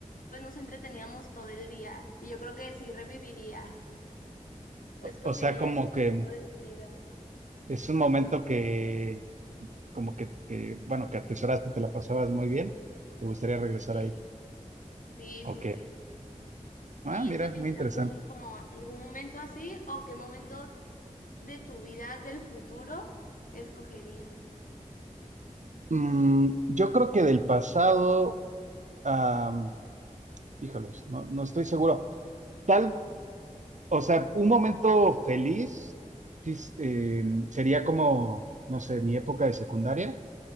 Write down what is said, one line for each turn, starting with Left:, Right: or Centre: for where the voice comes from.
Left: pues nos entreteníamos todo el día. Y yo creo que sí reviviría o escogería
Right: O sea, como
Left: ese
Right: que
Left: momento de mi vida.
Right: es un momento que, como que, que, bueno, que atesoraste, te la pasabas muy bien, te gustaría regresar
Left: Sí,
Right: ahí.
Left: sí,
Right: Ok.
Left: sí, sí. ¿Y
Right: Ah, mira,
Left: tú tienes
Right: muy interesante.
Left: algún, como algún momento así o qué momento de tu vida del futuro escogerías?
Right: Mm, yo creo que del pasado, am, híjoles, no, no estoy seguro. Tal, o sea, un momento feliz sí, eh, sería como, no sé, mi época de secundaria,